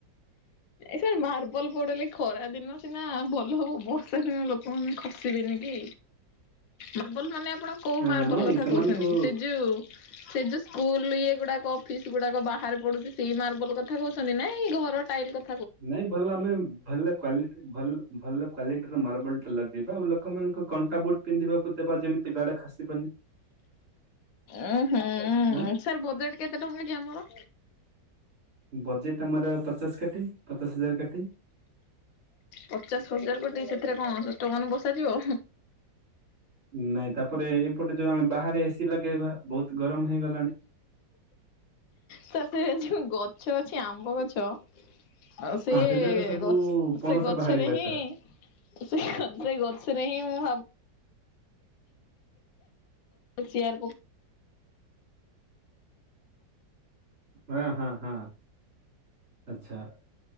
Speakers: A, on the left (about 85°); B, on the right (about 40°).
A: ସାର୍ ମାର୍ବଲ ପଡିଲି ଖରା ଦିନ। ସିନା ଭଲ ହେବ ବର୍ଷା ଦିନ ଲୋକମାନେ ଖସିବେନି କି ମାର୍ବଲ ମାନେ ଆପଣ- କୋଉ
B: ହଁ
A: ମାର୍ବଲ
B: ନାଇଁ
A: କଥା
B: ସେମାନଙ୍କୁ
A: କହୁଛନ୍ତି ସେ ଯୋଉ ସେ ଯୋଉ ସ୍କୁଲ ଇଏ ଗୁଡାକ- ଫିସ୍ ଗୁଡାକ ବାହାରେ ପଡୁଛି ସେଇ ମାର୍ବଲ କଥା କହୁଛନ୍ତି ନା ଏଇ ଘର ଟାଇଲ କଥା -
B: ନାଇଁ ଭଲ ଆମେ ଭଲ କ୍ଵା ଭଲ ଭଲ କ୍ଵାଲିଟିର ମାର୍ବଲ ଟା ଲଗେଇବା। ଲୋକମାନଙ୍କୁ କଣ୍ଟା ବୁଟ ପିନ୍ଧିବାକୁ ଦେବା ଯେମିତି ଗଡ଼ ଖସିବନି।
A: ଉ ହୁଁ
B: ହଁ
A: ସାର୍ ବୋଜେଟ କେତେ ଟଙ୍କା ଆମର।
B: ବଜେଟ ଆମର ପଚାଶ କାଟି ପଚାଶ ହଜାର କାଟି।
A: ପଚାଶ ହଜାର କୋଟି ସେଥିରେ କଣ ଇଷ୍ଟନ ବସାଯିବ?
B: ନାଇଁ ତାପରେ ଏପଟେ ଯୋଉ ଆମେ ବାହାରେ ଏସିି ଲଗେଇବା ବହୁତ ଗରମ ହେଇଗଲାଣି।
A: ସାର ସେ ଯୋଉ ଗଛ ଅଛି ଆମ୍ବ ଗଛ। ଆ ସେ
B: ହଁ ଯାକ ସବୁ
A: ଗଛ
B: ପଣସ
A: ସେ ଗଛରେ
B: ବାହାରିବ ଏଥର
A: ହିଁ। ସେ ସେ ଗଛରେ ହିଁ ମୁଁ ଭାବୁ ଚେୟ ପ <unintelligible>
B: ହଁ ହଁ ହଁ ଆଚଛା